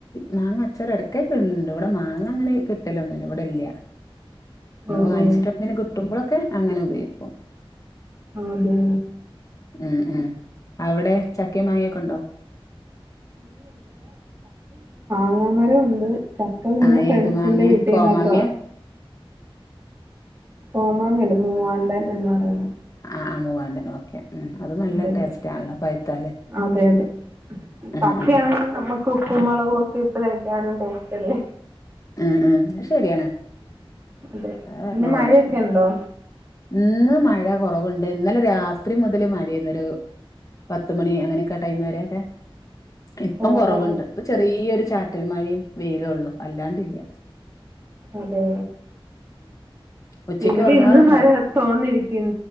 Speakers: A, on the left; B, on the right.
A: മാങ്ങ അച്ചാറ് എടക്കൊക്കെ ഇടല്ണ്ട് ഇവിടെ മാങ്ങ അങ്ങനെ കിട്ടലൊന്നുല്ല ഇവിടെ ഇല്ല നമ്മള്
B: ഓ
A: വാങ്ങിച്ചിട്ട്
B: ഓ
A: എപ്പളെലും കിട്ടുമ്പോള് ക്കെ അങ്ങനെ ഉപയോഗിക്കും
B: അതെ
A: ഉം ഉം അവിടെ ച ചക്കെ മാങ്ങേക്കെ ഒണ്ടോ
B: മാങ്ങാ മരം ഒണ്ട് ചക്ക പിന്നെ
A: ആഹ്
B: ഫ്രണ്ട്സിന്റെ
A: ഏത് മാങ്ങേ
B: വീട്ടിൽന്നൊക്കെ
A: കോമാങ്ങേ
B: കോമാങ്ങല്ല മൂവാണ്ടൻ എന്ന് പറയുന്ന
A: ആ മൂവാണ്ടൻ ഓക്കെ ഉം അത് നല്ല
B: അതെതെ
A: ടേസ്റ്റ് ആണല്ലോ പഴുത്താല്
B: അതെ അതെ
A: ഉം
B: പച്ച
A: ഉം
B: ആണെലും നമ്മുക്ക് ഉപ്പും മുളകും ഒക്കെ ഇട്ട് കഴിക്കാനും ടെസ് തല്ലേ
A: ഉം ഉം അത് ശെരിയാണ്
B: അതെ
A: അത് പറഞ്ഞ
B: പിന്നെ
A: പോലെ
B: മഴയൊക്കെ ഉണ്ടോ
A: ഇന്ന് മഴ കുറവുണ്ട് ഇന്നലെ രാത്രി മുത മുതല് മഴയാരുന്നൊരു പത്തു മണി അങ്ങനെയൊക്കെ ടൈം വരെ ഇപ്പം
B: ഓ
A: കൊറവ്ണ്ട്
B: ഓ
A: ഇപ്പൊ ചെറിയൊരു ചാറ്റൽമഴേം വെയിലോള്ളു അല്ലാണ്ട് ഇ ഇല്ല
B: അതെ
A: ഉച്ചക്ക്
B: ഇവിടെ
A: ഉറങ്ങാറുണ്ടോ
B: ഇന്ന് മഴ തോന്നിയിരിക്കും